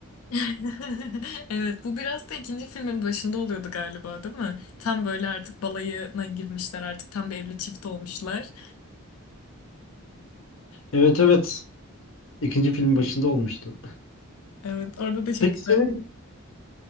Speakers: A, on the left; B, on the left.
A: <laughs> Evet bu biraz da ikinci filmin başında oluyordu galiba değil mi? Tam böyle artık balayına girmişler artık tam bir evli çift olmuşlar.
B: Evet evet. İkinci filmin başında olmuştu.
A: Evet orada da çok
B: Peki
A: güzel.
B: senin